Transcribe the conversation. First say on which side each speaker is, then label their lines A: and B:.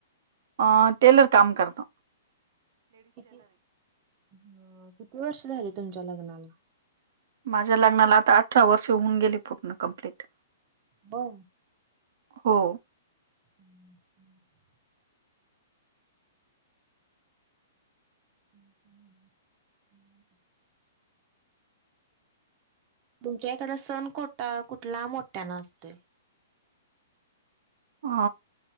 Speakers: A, on the right; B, on the right.
A: अ टेलर काम करता.
B: किती अ किती वर्ष झाली तुमच्या लग्नाला
A: माझ्या लग्नाला आता अठरा वर्ष होऊन गेली पूर्ण कंप्लीट
B: हो.
A: हो.
B: <inaudible> <inaudible> तुमच्या एखादा सण कोटा कुठला मोठ्यान असतोय.
A: अ